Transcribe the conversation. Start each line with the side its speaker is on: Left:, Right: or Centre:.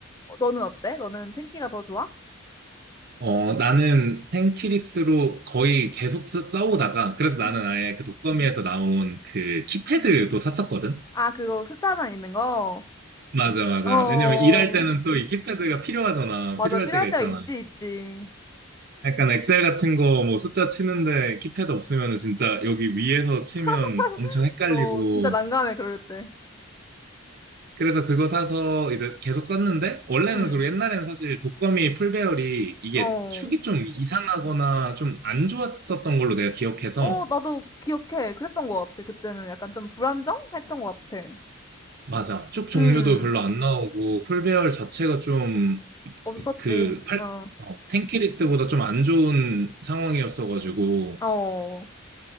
Left: 어, 너는 어때? 너는 탱키가 더 좋아?
Right: 어, 나는 텐키리스로 거의 계속 쓰, 써오다가, 그래서 나는
Left: 음.
Right: 아예 그 독거미에서 나온 그 키패드도 샀었거든?
Left: 아, 그거 숫자만 있는 거?
Right: 맞아, 맞아.
Left: 어,
Right: 왜냐면 일할 때는 또 이 키패드가 필요하잖아.
Left: 맞아.
Right: 필요할
Left: 필요할
Right: 때가
Left: 때가
Right: 있잖아.
Left: 있지, 있지.
Right: 약간 엑셀 같은 거 뭐 숫자 치는데 키패드 없으면 진짜 여기 위에서 치면
Left: <laughs>
Right: 엄청 헷갈리고.
Left: 어, 진짜 난감해, 그럴 때.
Right: 그래서 그거 사서 이제 계속 썼는데, 원래는
Left: 응.
Right: 그리고 옛날에는 사실 독거미 풀배열이 이게
Left: 어.
Right: 축이 좀 이상하거나 좀 안 좋았었던 걸로 내가 기억해서,
Left: 어, 나도 기억해. 그랬던 것 같아. 그때는 약간 좀 불안정? 했던 것 같아.
Right: 맞아. 축 종류도
Left: 음.
Right: 별로 안 나오고, 풀배열 자체가 좀
Left: 없었지.
Right: 그 팔,
Left: 어.
Right: 어, 탱키리스트보다 좀 안 좋은 상황이었어가지고,
Left: 어.